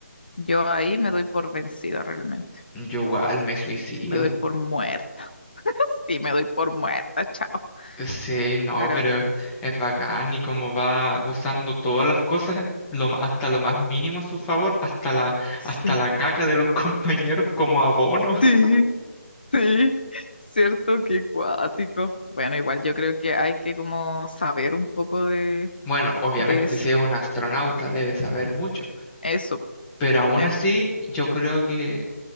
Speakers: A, on the left; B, in the centre.
A: yo ahí me doy por vencida realmente.
B: yo igual me suicido.
A: Me doy por muerta. <laughs> Sí, me doy por muerta, chao.
B: Sí, no,
A: Pero
B: pero es bacán y cómo va usando todas las cosas, lo, ma- hasta lo más mínimo a su favor, hasta la,
A: sí,
B: hasta la caca de los <laughs> compañeros como abono.
A: sí,
B: <laughs>
A: sí, cierto que cuático. Bueno, igual yo creo que hay que como saber un poco de,
B: Bueno, obviamente
A: de eso.
B: si es un astronauta debe saber mucho.
A: Eso, po,
B: Pero aún
A: eso.
B: así, yo creo que